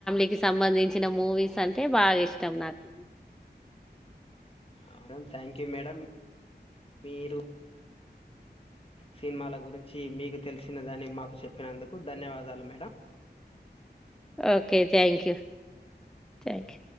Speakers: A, in the centre; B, on the left (about 30°).
A: లికి సంబంధించిన మూవీస్ అంటే బాగా ఇష్టం నాకు
B: అవు థ్యాంక్ యూ మేడం మీరు సినిమాల గురించి మీకు తెలిసినదని మాకు చెప్పినందుకు ధన్యవాదాలు మేడం
A: ఓకే థ్యాంక్ థ్యాంక్